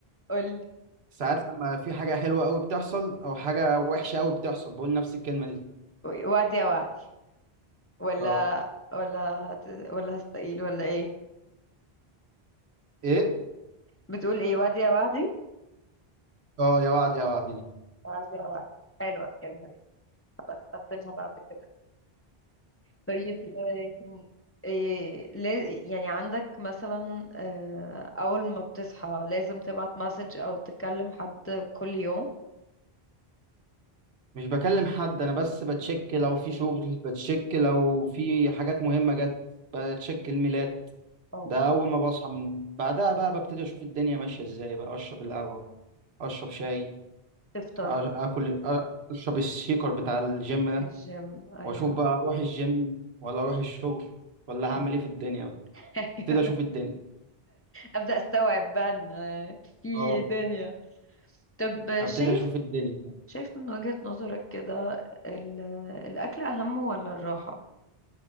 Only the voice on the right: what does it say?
ساعات لما في حاجة حلوة أوي بتحصل أو حاجة وحشة أوي بتحصل بقول نفس الكلمة دي
اه
إيه؟
اه يا وعد يا وعد دي
مش بكلم حد أنا بس بتشك لو في شغل بتشك لو في حاجات مهمة جت بتشك الميلاد
ده اول ما بصحى من بعدها بقى ببتدي اشوف الدنيا ماشيه ازاي بقى اشرب القهوه اشرب شاي
أ- اكل أ- اشرب الشيكر بتاع الجيم ده
واشوف بقى اروح الجيم ولا اروح الشغل ولا هعمل
ايه في الدنيا بقى
ابتدي اشوف الدنيا
اه
ابتدي
اشوف الدنيا